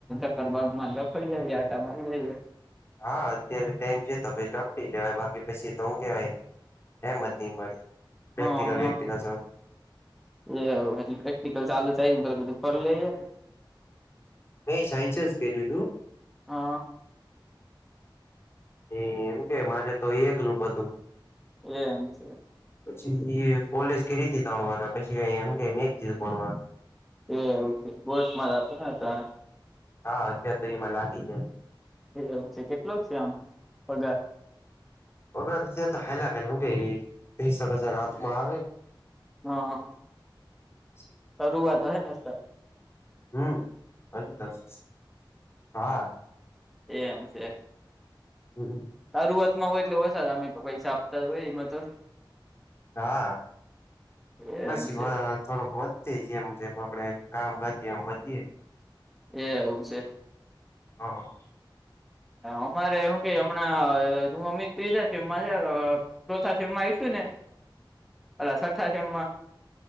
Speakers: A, in the centre; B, on the left.
A: <unintelligible> તરબ માંદા ફડી જાયએ આટા મારી જઈએ
B: હા અત્યારે ટાઈમ છે તો પછી ચપી લેવાય બાકી પછી તો હું કેવાય એમ જ નહી મળી પ્રેક્ટિકલ
A: હા હા
B: પ્રેક્ટિકલ
A: એ એટ પ્રેક્ટિકલ ચાલુ થાય ને પે બધું ફરી લેને
B: મેં સાયસન્સ કે લીધું
A: હા.
B: એ એવું કે મારે તો એકલું બધું
A: એ
B: પછી એ કોલેજ કે રી તણવા પછી ક એમ ક મે ભણવા
A: એ એવું છે બોટમાં જતો ને જાણે
B: હા અત્યારે તો એમાં લાગી જાય
A: એવું છે કેટલોક છે આમ પગાર
B: ઓગર હેલા હું કે ત્રીસક હજાર હાથમાં આવે
A: હ હ.
B: <unintelligible>
A: શરૂઆત હોય ને ત.
B: હમ્મ હજ ત. હા.
A: એમ છે
B: હમ્મ
A: તારુઆતમાં હોય એટલે વછ અમે પૈસા આપતા હોય એમાં તો.
B: હા
A: એમ
B: પશી
A: છે
B: બ થોડુંક વધતી જેમ જેમ આપડે કામ કરીએ એમ વધીએ
A: એ એવું છે.
B: હ હ.
A: અમારે હું કે હમણાં હું અમિત ત્રીજા છે એમાં છે ચોથા શમમાં આવીશુ ને અ છઠ્ઠા સમમાં